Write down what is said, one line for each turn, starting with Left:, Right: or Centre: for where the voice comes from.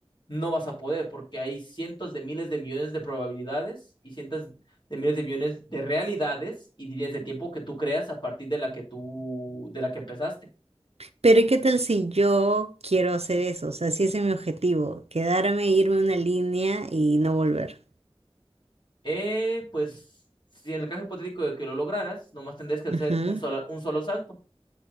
Left: no vas a poder porque hay cientos de miles de millones de probabilidades y cientos de miles de millones de realidades y líneas de tiempo que tú creas a partir de la que tú, de la que empezaste.
Right: Pero ¿y qué tal si yo quiero hacer eso? O sea, si ese es mi objetivo, quedarme, e irme a una línea y no volver.
Left: Eh, pues, si en el caso hipotético de que lo lograras, nomás tendrías que hacer
Right: Ujú,
Left: un solo, un solo salto.